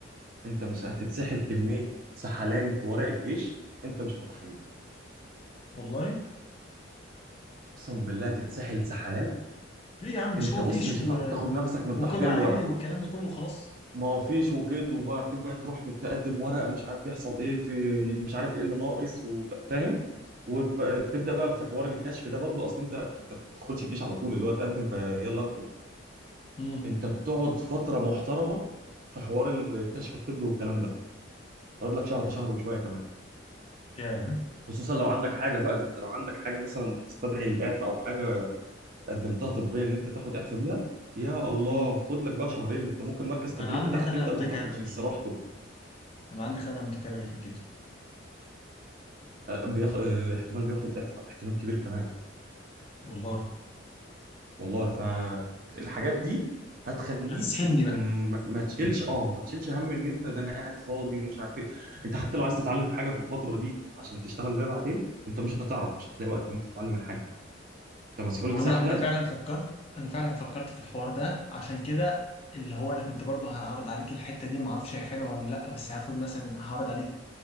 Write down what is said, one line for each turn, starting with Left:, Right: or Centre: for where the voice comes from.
Right: انت مش هتتسحل كميه سحلان في ورق الجيش انت مش متخيل
Left: والله
Right: اقسم بالله تتسحل سحلات
Left: ليه يا عم مش
Right: انت
Left: هو
Right: بص
Left: فيش
Right: مش
Left: و...
Right: هتعرف تاخد
Left: و...
Right: نفسك من
Left: وقيد
Right: تحضير
Left: عائلي
Right: الورق
Left: والكلام ده كله وخلاص
Right: ما فيش وكده وبعدين بقى تروح تقدم ورق مش عارف يحصل ايه ت- مش عارف ايه اللي ناقص وت- فاهم وتبدا بقى في حوار الكشف ده برضو اصل انت انت ما بتدخلش الجيش على طول اللي هو تقدم فيلا ادخل
Left: امم
Right: انت بتقعد فتره محترمه في حوار الكشف الطبي والكلام ده تقعد لك شهر شهر وشويه كمان
Left: يا
Right: خصوصا لو عندك حاجه بقى ده انت لو عندك حاجه مثلا تستدعي الاعفاء او حاجه قدمتها طبيا ان انت تاخد اعفاء بيها يا الله
Left: امم
Right: خد لك بقى شهرين انت ممكن مركز التدريب
Left: انا عندي
Right: بتاعك
Left: خلع
Right: يبدا
Left: متكرر
Right: وانت كنت لسه رحته
Left: انا عندي خلع متكرر في الكتف
Right: آه، بياخ... آه، احتمال بياخد اعفاء احتمال كبير كمان
Left: والله
Right: والله فالحاجات دي هتخليك
Left: هتسحلني بقى.
Right: م- ما تشيلش اه ما تشيلش هم ان انت ده انا قاعد فاضي ومش عارف ايه انت حتى لو عايز تتعلم حاجه في الفتره دي عشان تشتغل بيها بعدين انت مش هتعرف مش هتلاقي وقت ان انت تتعلم الحاجه انت مسحول
Left: ما هو
Right: سحله
Left: انا انا فعلا فكرت انا فعلا فكرت في الحوار ده عشان كده اللي هو انا كنت برضه هعرض عليك الحته دي ما اعرفش هي حلوه ولا لا بس هاخد مثلا هعرض عليك